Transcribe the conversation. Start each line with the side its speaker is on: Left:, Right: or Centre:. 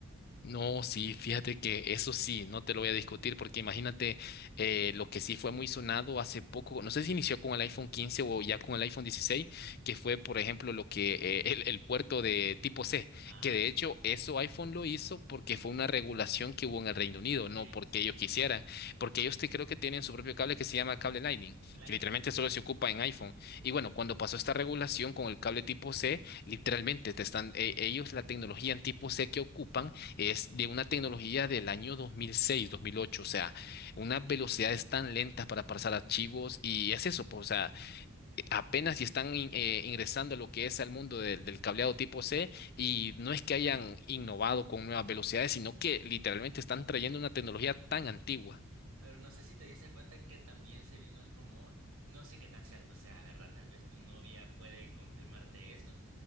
Left: No, sí, fíjate que eso sí, no te lo voy a discutir porque imagínate eh, lo que sí fue muy sonado hace poco, no sé si inició con el iPhone 15 o ya con el iPhone 16, que fue, por ejemplo, lo que eh, el, el puerto de tipo C,
Right: Ah,
Left: que de
Right: sí,
Left: hecho eso iPhone lo hizo porque fue una regulación que hubo en el Reino Unido, no
Right: sí,
Left: porque
Right: sí.
Left: ellos quisieran, porque ellos te, creo que tienen su propio cable que se llama cable Lightning,
Right: Lightning,
Left: que literalmente solo se ocupa en iPhone. Y bueno, cuando pasó esta regulación con el cable tipo C, literalmente te están, e- ellos la tecnología en tipo C que ocupan es de una tecnología del año 2006, 2008, o sea, unas velocidades tan lentas para pasar archivos y es eso, pues, o sea, apenas si están in- eh, ingresando lo que es al mundo del del cableado tipo C y no es que hayan innovado con nuevas velocidades, sino que literalmente están trayendo una tecnología tan antigua.
Right: Pero no sé si te diste cuenta que también se vino el rumor, no sé qué tan cierto sea, ¿verdad? Tal vez tu novia puede confirmarte eso,